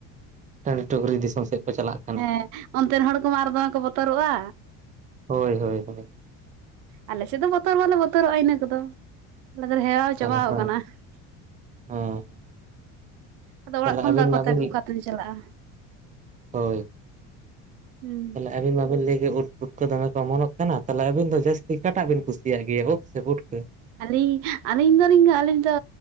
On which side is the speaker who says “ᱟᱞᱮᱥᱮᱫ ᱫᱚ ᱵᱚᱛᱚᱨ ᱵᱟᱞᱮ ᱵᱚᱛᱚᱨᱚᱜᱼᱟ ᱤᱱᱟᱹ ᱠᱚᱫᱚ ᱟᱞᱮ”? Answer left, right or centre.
Right